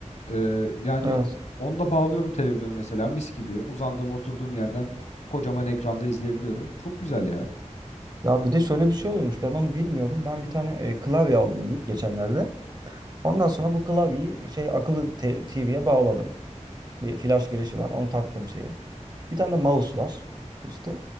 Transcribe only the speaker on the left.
Ee, yani
onu da bağlıyorum televizyona mesela mis gibi. Uzandığım, oturduğum yerden kocaman ekranda izleyebiliyorum. Çok güzel ya.